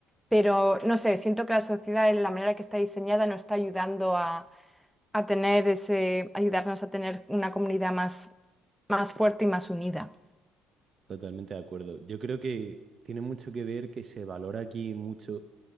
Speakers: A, in the centre; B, on the right (about 45°).
A: Pero no sé, siento que la sociedad, en la manera que está diseñada, no está ayudando a, a tener ese, ayudarnos a tener una comunidad más, más fuerte y más unida.
B: Totalmente de acuerdo. Yo creo que tiene mucho que ver que se valora aquí mucho